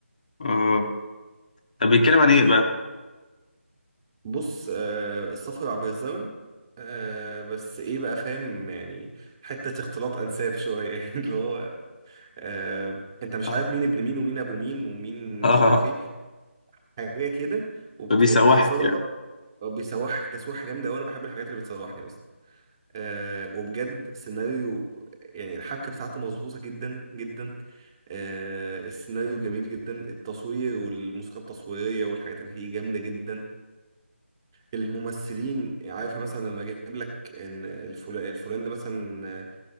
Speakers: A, on the left; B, on the right.
A: اه طب بيتكلم عن ايه بقى
B: بص آه السفر عبر الزمن آه بس ايه بقى فاهم يعني حتة اختلاط أنساب شوية <laughs> يعني اللي هو آه انت مش
A: اه
B: عارف مين ابن مين ومين ابو مين ومين
A: اه
B: مش عارف ايه حاجة كده وبتتصادم
A: فبيسوحك يعني
B: بيسوحك تسويحة جامدة وانا بحب الحاجات اللي بتسوحني اصلا آه وبجد سيناريو يعني الحبكة بتاعته مظبوطة جدا جدا آه السيناريو جميل جدا التصوير والموسيقى التصويرية والحاجات اللي فيه جامدة جدا الممثلين عارفة مثلا لما جايب لك ان الفلان, الفلان ده مثلا آه،